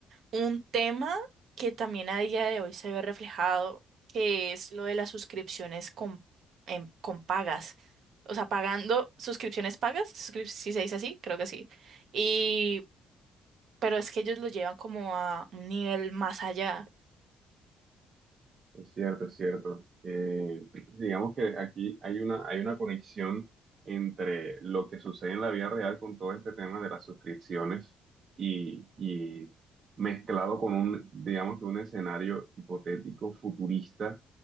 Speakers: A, on the right; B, on the right.
A: un tema que también a día de hoy se ve reflejado, que es lo de las suscripciones con, en- con pagas. O sea, pagando suscripciones pagas, suscrip- si se dice así, creo que sí. Y, pero es que ellos lo llevan como a un nivel más allá.
B: Es cierto, es cierto. Eh, <clears throat> digamos que aquí hay una, hay una conexión entre lo que sucede en la vida real con todo este tema de las suscripciones y, y mezclado con un, digamos que un escenario hipotético futurista